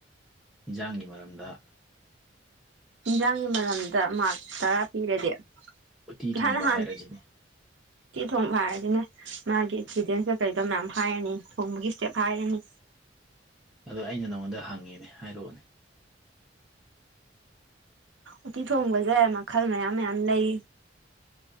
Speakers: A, in the centre; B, on the right.
A: ꯏꯟꯖꯥꯡꯒꯤ ꯃꯔꯝꯗ
B: ꯏꯟꯖꯥꯡꯒꯤ ꯃꯔꯝꯗ ꯃꯥꯛ ꯇꯔꯥ ꯄꯤꯔꯗꯤ
A: ꯎꯇꯤ
B: ꯏꯍꯥꯟ
A: ꯊꯣꯡꯕ
B: ꯍꯍꯥꯟ
A: ꯍꯥꯏꯔꯁꯤꯅꯦ
B: ꯁꯤ ꯊꯣꯡꯕ ꯍꯥꯏꯔꯁꯤꯅꯦ ꯃꯥꯒꯤ ꯑꯦꯛꯁꯄꯤꯔꯤꯌꯦꯟꯁꯇ ꯀꯩꯗꯣ ꯃꯌꯥꯝ ꯍꯥꯏꯔꯅꯤ ꯊꯣꯡꯕꯒꯤ ꯏꯁꯇꯦꯞ ꯍꯥꯏꯔꯅꯤ
A: ꯑꯗꯣ ꯑꯩꯅ ꯅꯉꯣꯟꯗ ꯍꯪꯉꯤꯅꯦ ꯍꯥꯏꯔꯛꯑꯣꯅꯦ
B: ꯎꯠꯇꯤ ꯊꯣꯡꯕꯁꯦ ꯃꯈꯜ ꯃꯌꯥꯝ ꯃꯌꯥꯝ ꯂꯩ